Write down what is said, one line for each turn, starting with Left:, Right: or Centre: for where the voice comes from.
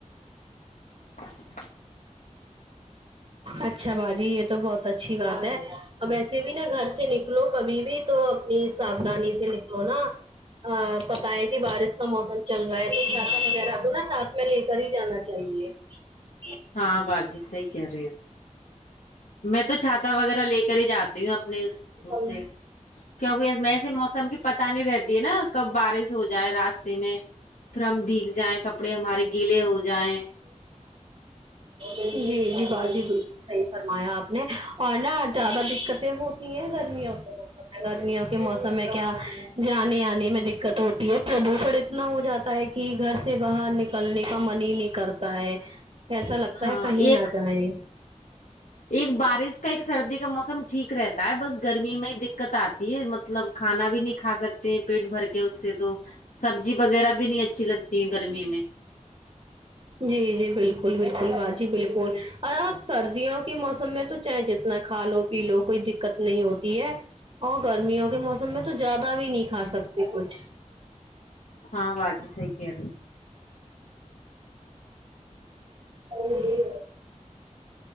Left: <inaudible>
Right: اچھا باجی یہ تو بہت اچھی بات ہے اب ایسے بھی نا گھر سے نکلو کبھی بھی تو اپنی ساودھنی سے نکلو نا ہاں پتا ہے کہ بارش کا موسم چل رہا ہے تو چھاتا وغیرہ تو نا ساتھ میں لے کر ہی جانا چاہیے ج <inaudible>
Left: ہاں باجی صحیح کہہ رہے ہو میں تو چھاتا وغیرہ لے کر ہی جاتی ہوں اپنے
Right: ہاں
Left: اس سے کیونکہ ایسے موسم کی پتہ نہیں رہتی ہے نا کب بارش ہو جائے راستے میں پھر ہم بھیگ جائیں کپڑے ہمارے گیلے ہو جائیں
Right: جی جی با جی بالکل صحیح فرمایا آپ نے اور نا زیادہ دقتیں ہوتی ہیں گرمیوں ب گرمیوں کے موسم میں کیا جانے آنے میں دقت ہوتی ہے پردوشن اتنا ہو جاتا ہے کہ گھر سے باہر نکلنے کا من ہی نہیں کرتا ہے ایسا لگتا
Left: ہاں
Right: ہے کہیں
Left: ایک
Right: نہ جائیں
Left: ایک بارش کا ایک سردی کا موسم ٹھیک رہتا ہے بس گرمی میں ہی دقت آتی ہے مطلب کھانا بھی نہیں کھا سکتے ہیں پیٹ بھر کے اس سے تو سبزی وغیرہ بھی بھی نہیں اچھی لگتی ہے گرمی میں
Right: جی جی بالکل بالکل باجی بالکل اور آپ سردیوں کے موسم میں تو چاہے جتنا کھا لو پی لو کوئی دقت نہیں ہوتی ہے اور گرمیوں کے موسم میں تو زیادہ بھی نہیں کھا سکتے کچھ
Left: ہاں واجی صحیح کہہ رہی ہیں
Right: <inaudible>